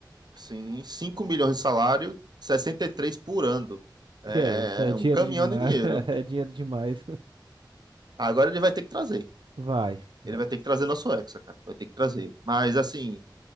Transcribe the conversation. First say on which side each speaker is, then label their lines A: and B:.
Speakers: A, on the right; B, on the right.
A: Sim, 5 milhões de salário, 63 por ano. É
B: Que é isso? É dinheiro
A: um caminhão
B: demais.
A: de dinheiro.
B: <laughs> É dinheiro demais.
A: Agora ele vai ter que trazer.
B: Vai, vai.
A: Ele vai ter que trazer nosso Hexa, cara. Vai ter que trazer. Mas, assim,